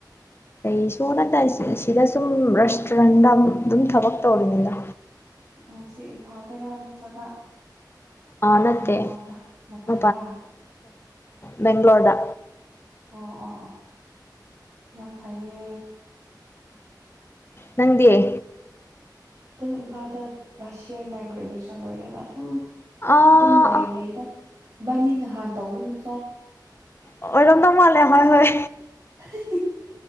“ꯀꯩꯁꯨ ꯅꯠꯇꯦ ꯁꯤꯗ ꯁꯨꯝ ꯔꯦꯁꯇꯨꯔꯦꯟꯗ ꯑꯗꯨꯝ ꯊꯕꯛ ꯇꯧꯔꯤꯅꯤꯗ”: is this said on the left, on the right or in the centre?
Left